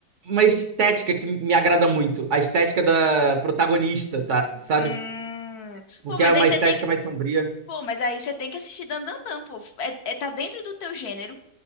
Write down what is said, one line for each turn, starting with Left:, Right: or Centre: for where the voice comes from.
Right: uma estética que me agrada muito. A estética da protagonista, tá? Sabe?
Left: Hum.
Right: Porque
Left: Pô, mas
Right: é uma
Left: aí você
Right: estética
Left: tem que,
Right: mais sombria.
Left: pô, mas aí você tem que assistir Dandadan, pô. É, é- tá dentro do teu gênero.